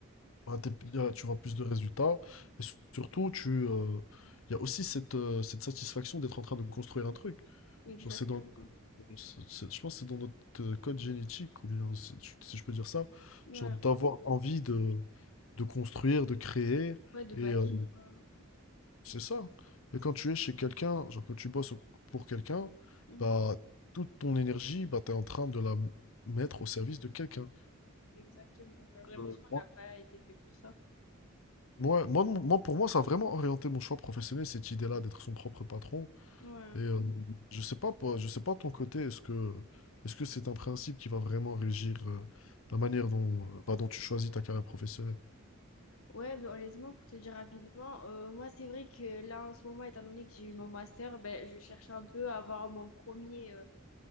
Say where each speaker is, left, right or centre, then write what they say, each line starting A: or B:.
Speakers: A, on the left (about 70°); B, on the left (about 80°).
A: Bah, t'es- y a- tu vois plus de résultats. Et su- surtout, tu, euh, il y a aussi cette, euh, cette satisfaction d'être en train de construire un truc.
B: Exactement.
A: Genre, c'est dans, c'est- c'est- je pense que c'est dans notre euh, code génétique, ou bien, si, je si je peux dire ça,
B: Ouais,
A: genre d'avoir envie de, de construire, de créer.
B: ouais, de
A: Et
B: bâtir.
A: euh, Mm.
B: euh,
A: c'est ça. Et quand tu es chez quelqu'un, genre quand tu bosses au- pour quelqu'un,
B: Mhm.
A: bah, toute ton énergie, bah, tu es en train de la m- mettre au service de quelqu'un.
B: Exactement. Genre, J'ai l'impression
A: Euh,
B: qu'on n'a pas été fait pour ça.
A: Ouais, moi, mon- moi, pour moi, ça a vraiment orienté mon choix professionnel, cette idée-là d'être son propre patron.
B: Ouais.
A: Et euh, Mhm. je sais pas, pour- je sais pas de ton côté, est-ce que est-ce que c'est un principe qui va vraiment régir euh, la manière dont, euh, bah, dont tu choisis ta carrière professionnelle?
B: Ouais, ben, honnêtement, pour te dire rapidement, euh, moi, c'est vrai que là, en ce moment, étant donné que j'ai eu mon master, ben, je cherche un peu à avoir mon premier euh,